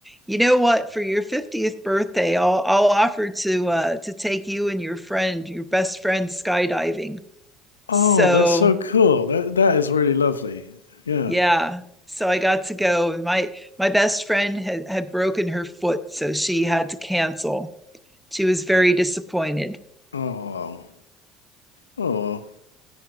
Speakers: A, in the centre; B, on the left.
A: "You know what? For your 50th birthday, I'll I'll offer to uh to take you and your friend, your best friend skydiving."
B: Oh,
A: So,
B: that's so cool. That that is really lovely. Yeah.
A: yeah. So I got to go, and my my best friend had had broken her foot, so she had to cancel. She was very disappointed.
B: Oh. wow. Oh.